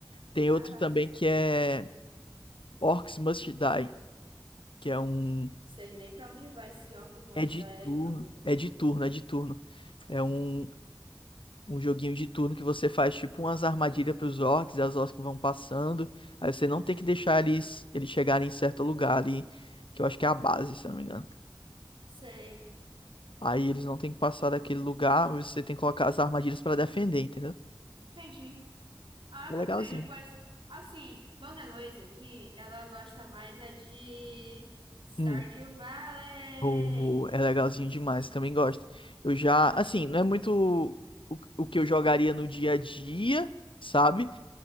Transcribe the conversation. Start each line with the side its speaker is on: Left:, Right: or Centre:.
Left: Tem
Right: Caraca.
Left: outro também que é Orcs Must Die, que é um.
Right: Sei nem pra onde vai esse Orcs Must
Left: É de
Right: Die aí,
Left: turno.
Right: não, viu?
Left: É de turno, é de turno. É um, um joguinho de turno que você faz tipo umas armadilhas pros orcs, e as orcs vão passando. Aí você não tem que deixar eles, eles chegarem em certo lugar ali, que eu acho que é a base, se eu não me engano.
Right: Sei.
Left: Aí eles não tem que passar daquele lugar, você tem que colocar as armadilhas pra defender, entendeu?
Right: Entendi. Ah,
Left: É
Right: meu
Left: legalzinho.
Right: filho, pois. Assim, Dona Heloísa aqui, ela gosta mais é de Stardew
Left: Hum.
Right: Valley.
Left: O- o- É legalzinho demais, também gosto. Eu já, assim, não é muito o, o que eu jogaria no dia a dia, sabe?